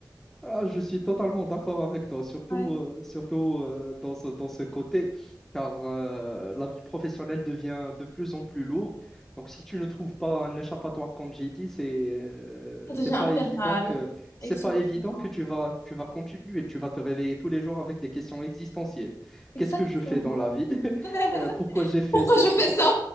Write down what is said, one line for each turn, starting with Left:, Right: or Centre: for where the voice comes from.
Centre: Ah, je suis totalement d'accord avec toi, surtout,
Left: Ouais.
Centre: euh, surtout euh, dans ce, dans ce côté, car euh, la vie professionnelle devient de plus en plus lourde. Donc, si tu ne trouves pas un échappatoire, comme j'ai dit, c'est euh,
Left: Ça devient
Centre: c'est
Left: infernal.
Centre: pas évident que c'est
Left: Exactement.
Centre: pas évident que tu vas tu vas continuer, tu vas te réveiller tous les jours avec des questions existentielles.
Left: Exactement.
Centre: Qu'est-ce que je fais dans la vie? <laughs>
Left: <laughs>
Centre: Euh, Pourquoi j'ai fait
Left: Pourquoi
Centre: ces
Left: je
Centre: choix?
Left: fais ça?